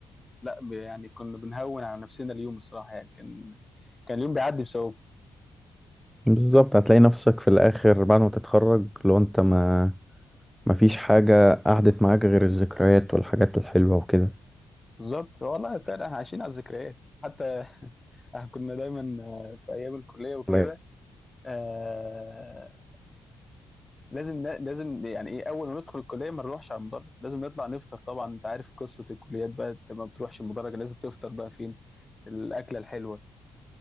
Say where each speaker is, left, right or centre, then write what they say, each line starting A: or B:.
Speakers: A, on the left; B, in the centre.
A: لا ب- يعني كنا بنهون على نفسنا اليوم الصراحه يعني كان كان اليوم بيعدي بسبب
B: بالظبط هتلاقي نفسك في الآخر بعد ما تتخرج لو انت ما ما فيش حاجة قعدت معاك غير الذكريات والحاجات الحلوة وكده
A: بالظبط والله فعلا احنا عايشين على الذكريات حتى <laughs> احنا كنا دايما آه، في ايام الكليه وكده
B: لا،
A: آه لازم ن- لازم يعني ايه اول ما ندخل الكليه ما نروحش على المدرج لازم نطلع نفطر طبعا انت عارف قصه الكليات بقى انت ما بتروحش المدرج لازم تفطر بقى فين الاكله الحلوه